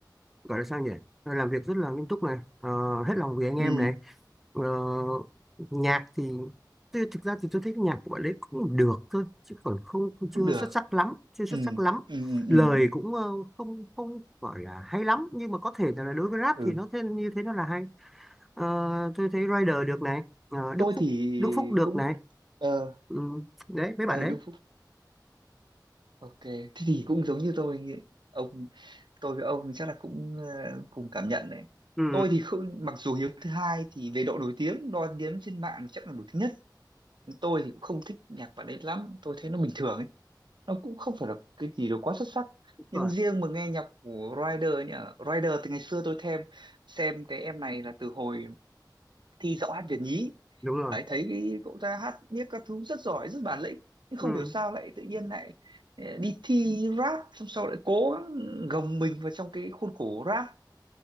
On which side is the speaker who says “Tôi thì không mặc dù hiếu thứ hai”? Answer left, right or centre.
Right